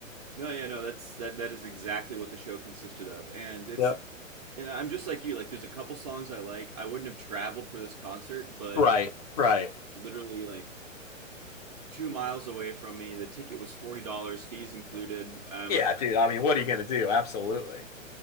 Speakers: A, on the right; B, on the left.
A: No, yeah, no, that's that that is exactly what the show consisted of. And it's
B: Yep.
A: and I'm just like you, like there's a couple songs I like. I wouldn't have traveled for this concert, but
B: Right. Right.
A: literally like two miles away from me, the ticket was forty dollars, fees included. I'm
B: Yeah,
A: like,
B: dude. I mean, what are you gonna do? Absolutely.